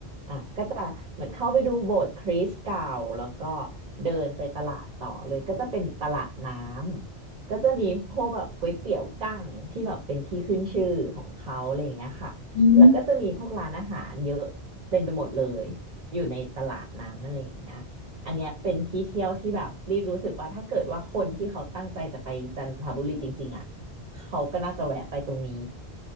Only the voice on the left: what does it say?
อืม